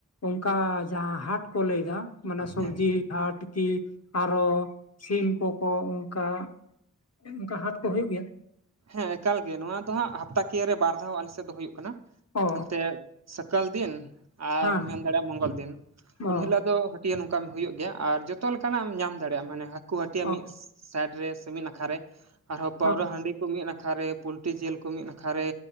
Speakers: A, on the left; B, on the right.
A: ᱚᱱᱠᱟ ᱡᱟᱦᱟᱸ ᱦᱟᱴ ᱠᱚ ᱞᱟᱹᱭᱫᱟ ᱢᱟᱱᱮ ᱥᱚᱵᱡᱤ
B: ᱦᱮᱸ
A: ᱡᱟᱦᱟᱸᱴᱤᱠᱤ ᱟᱨᱚ ᱥᱤᱢ ᱠᱚᱠᱚ ᱚᱱᱠᱟ ᱚᱱᱠᱟ ᱦᱟᱴ ᱠᱚ ᱦᱩᱭᱩᱜ ᱜᱮᱭᱟ᱾
B: ᱦᱮᱸ ᱮᱠᱟᱞ ᱜᱮ ᱱᱚᱣᱟ ᱫᱚ ᱦᱟᱸᱜ ᱦᱟᱯᱛᱟ ᱠᱤᱭᱟᱹ ᱨᱮ ᱵᱟᱨ ᱫᱷᱟᱣ ᱟᱞᱮ ᱥᱮᱫ ᱫᱚ ᱦᱩᱭᱩᱜ ᱠᱟᱱᱟ
A: ᱚ
B: ᱮᱱᱛᱮ ᱥᱟᱠᱟᱞ ᱫᱤᱱ ᱟᱨ
A: ᱦᱮᱸ
B: ᱢᱮᱱ ᱫᱟᱲᱮᱭᱟᱜᱼᱟ ᱢᱚᱝᱜᱚᱞ ᱫᱤᱱ
A: ᱚ
B: ᱩᱱ ᱦᱤᱞᱳᱜ ᱫᱚ ᱴᱤᱭᱟ ᱱᱚᱝᱠᱟ ᱦᱩᱭᱩᱜ ᱜᱮᱭᱟ ᱟᱨ ᱡᱚᱛᱚ ᱞᱮᱠᱟᱱᱟᱜ ᱮᱢ ᱧᱟᱢ ᱫᱟᱲᱮᱭᱟᱜᱼᱟ ᱢᱟᱱᱮ ᱦᱟᱹᱠᱩ ᱦᱟᱹᱴᱟᱭᱟ
A: ᱚ
B: ᱢᱤᱫ ᱥᱟᱭᱤᱰ ᱨᱮ ᱥᱮ ᱢᱤᱫ ᱱᱟᱠᱷᱟᱨ ᱨᱮ ᱟᱨᱦᱚᱸ ᱯᱟᱣᱨᱟ
A: ᱦᱮᱸ
B: ᱦᱟᱺᱰᱤ ᱠᱚ ᱢᱤᱫ ᱱᱟᱠᱷᱟᱨ ᱨᱮ ᱯᱳᱞᱴᱤ ᱡᱤᱞ ᱠᱚ ᱢᱤᱫ ᱱᱟᱠᱷᱟ ᱨᱮ